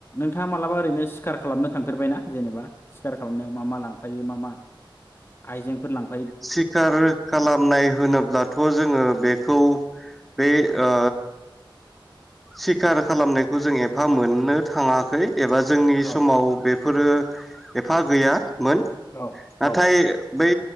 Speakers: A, on the left; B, in the centre.
A: नोंथाङा मालाबा ओरैनो सिखार खालामनो थांफेरबायना जेनेबा सिखार खालामनायाव मा मा लांफायो मा मा आइजेंफोर लांफा
B: सिखार कालाप नाय होनोब्लाथ' जोङो बेखौ बे ओ सिखार खालामनायखौ जों एफा मोननो थाङाखै। एबा जोंनि
A: औ
B: समाव बेफोरो एफा गैया। मोन
A: औ
B: नाथाय
A: औ
B: बै